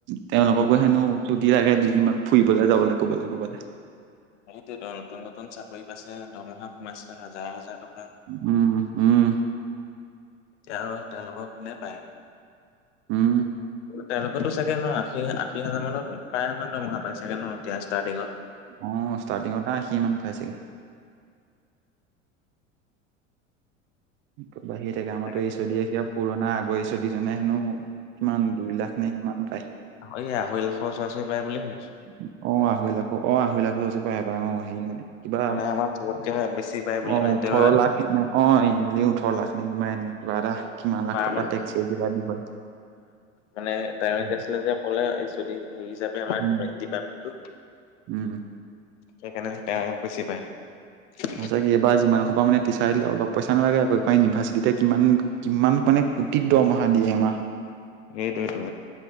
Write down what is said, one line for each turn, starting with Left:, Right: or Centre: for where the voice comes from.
Right: তেওঁলোককো হেনো ছুটি লাগে দুদিনমান ফুৰিবলৈ যাবলৈ কবালৈ ক'বালে।
Left: অঁ সেইটোৱেইতো, নতুন - নতুন চাকৰি পাইছে, দৰমহা সোমাইছে হাজাৰ - হাজাৰ টকা।
Right: উম উম।
Left: এতিয়া আৰু তেওঁলোকক কোনে পায়।
Right: উম।
Left: তেওঁলোকৰতো চাগে ন আশী - আশী হাজাৰ মানত প্ৰায়মান দৰমহা পাই চাগে ন এতিয়া ষ্টাৰ্টিঙত?
Right: অ, ষ্টাৰ্টিঙতে আশীমান পাই চাগে? উম বাঢ়িয়েই থাকে। আমাৰতো
Left: তাকে
Right: এইছ
Left: তাকে
Right: অ দি এ ইয়াত পুৰণা আগৰ এইচ অ দি জনে হেনো কিমান দুই লাখ নে কিমান পায়?
Left: এই আঢ়ৈ লাখৰ উচৰা - উচৰি পায় বুলি শুনিছোঁ।
Right: উ উ অ', আঢ়ৈ লাখো অ' আঢ়ৈ লাখৰ উচৰা উচৰি পাই অ', হেৰী মানে কিবা,
Left: মানে আমাৰ চবতকে বেছি পায় বুলি
Right: অ',
Left: মানে
Right: ওঠৰ
Left: তেওঁ তাৰ
Right: লাখ নে অ' হেৰী ওঠৰ লাখ নে কিবা এনে কিবা এটা কিমান লাখ
Left: পাই
Right: টকা টেক্স এৰি কিবা দিব লাগে।
Left: মানে <unintelligible> টাইম
Right: উম,
Left: আছিলে যে কলে এইচ অঁ ডি হিচাপে আমাৰ
Right: উম,
Left: এ ডীপাৰ্টমেণ্টো।
Right: উম।
Left: সেইকাৰণে তেওঁ বেছি পায়।
Right: পিছৰ কেইবাৰ যিমানসোপা মানে টিচাৰ আহিলে অলপ পইচা নালাগে আকৌ এইখন ইউনিভাৰ্চিটিতে কিমান কিমান মানে কোটিত দৰমহা দিয়ে এমাহত।
Left: এইটোৱেইটো,